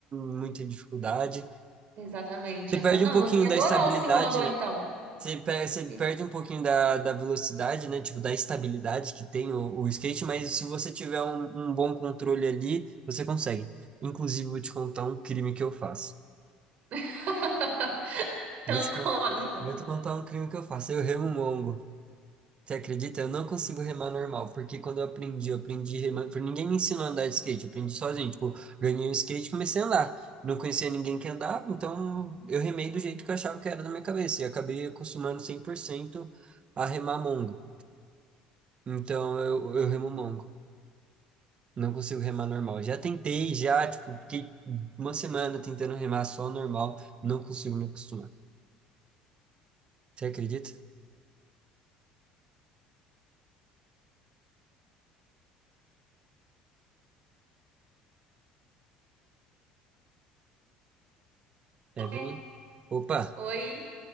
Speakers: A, on the right; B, on the right.
A: muita dificuldade.
B: Exatamente.
A: Você
B: aham.
A: perde
B: Não,
A: um pouquinho
B: você ia
A: da
B: adorar
A: estabilidade,
B: o simulador
A: né?
B: então.
A: Você, pe- você
B: Sim.
A: perde um pouquinho da, da velocidade, né? Tipo, da estabilidade que tem o, o skate, mas se você tiver um, um bom controle ali, você consegue. Inclusive, vou te contar um crime que eu faço.
B: <laughs> Então,
A: Vou te,
B: Conan.
A: con- vou te contar um crime que eu faço. Eu remungo. Você acredita? Eu não consigo remar normal, porque quando eu aprendi, eu aprendi remando, porque ninguém me ensinou a andar de skate, eu aprendi sozinho, tipo, ganhei um skate e comecei a andar. Não conhecia ninguém que andava, então eu remei do jeito que eu achava que era da minha cabeça, e acabei acostumando 100% a remar mongo. Então eu, eu remo mongo, não consigo remar normal. Já tentei, já, tipo, fiquei uma semana tentando remar só normal, não consigo me acostumar. Você acredita? Evelyn?
B: É.
A: Opa,
B: Oi.